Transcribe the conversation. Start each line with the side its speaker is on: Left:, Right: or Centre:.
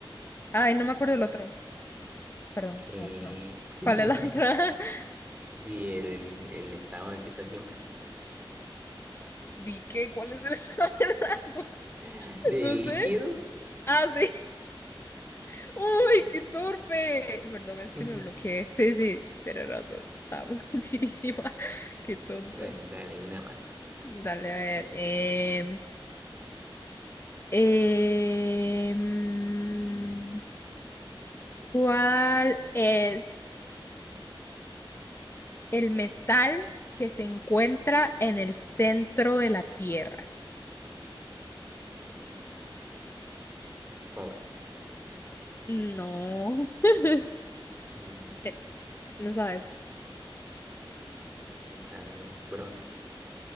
Left: Ay, no me acuerdo el otro. Perdón,
Right: ¿Qué?
Left: no, no.
Right: <laughs>
Left: ¿Cuál es la otra? <laughs>
Right: del el estado en el que está siempre.
Left: Di que, ¿cuál es el <laughs> examen de agua? <laughs>
Right: <laughs> ¿Del
Left: No sé.
Right: líquido?
Left: Ah, sí. <laughs> Uy, qué torpe. Perdón, es
Right: <laughs>
Left: que me bloqueé. Sí, sí, tienes razón. Estaba <laughs> buenísima. Qué tonta.
Right: Bueno, dale una más.
Left: Dale, a ver. em, em, ¿cuál es el metal que se encuentra en el centro de la Tierra?
Right: Mm, Pobre.
Left: No. <laughs>
Right: Mm,
Left: Eh, no sabes.
Right: Metal bronce.